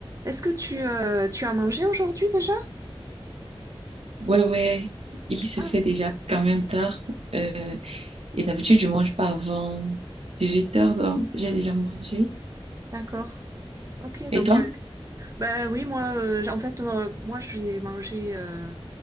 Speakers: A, on the right (about 30°); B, on the right (about 80°).
A: Est-ce que tu, euh, tu as mangé aujourd'hui déjà?
B: Ouais, ouais, il se
A: Ah,
B: fait déjà quand même tard. Euh, et d'habitude, je mange pas avant 18 heures, donc j'ai déjà mangé.
A: d'accord. Ok,
B: Et
A: donc
B: toi?
A: euh, bah oui, moi euh, j'- en fait euh, moi j'ai mangé euh,